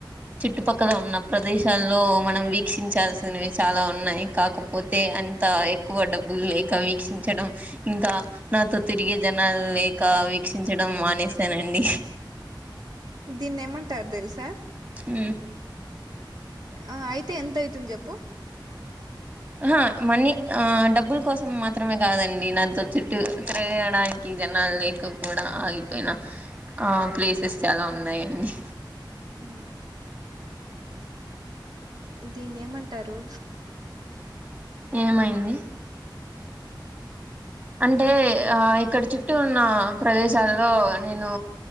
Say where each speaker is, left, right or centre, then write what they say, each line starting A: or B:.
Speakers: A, on the right; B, on the right.
A: చుట్టుపక్కల ఉన్న ప్రదేశాల్లో మనం వీక్షించాల్సినవి చాలా ఉన్నాయి కాకపోతే ఎంత ఎక్కువ డబ్బులు లేక వీక్ వక్షించడం ఇంకా నాతో తిరిగే జనాలు లేక వీక్షించడం మానేసానండి
B: దీన్ని ఏమంటారు తెలుసా
A: అ
B: ఆ అయితే ఎంతయితుంది జప్పు
A: ఆ మనీ ఆ డబ్బుల కోసం మాత్రమే కాదండి నాతో చుట్టు తిగడానికి జనా లేక్ కూడా ఆగిపోయిన ఆ ప్లేసెస్ చాలా ఉన్నాయంండి
B: ఆ దీన్ని ఏమంటారు
A: ఏమైంది అంటే ఆ ఇక్కడ చుట్టూ ఉన్న ప్రదేశాలో నేను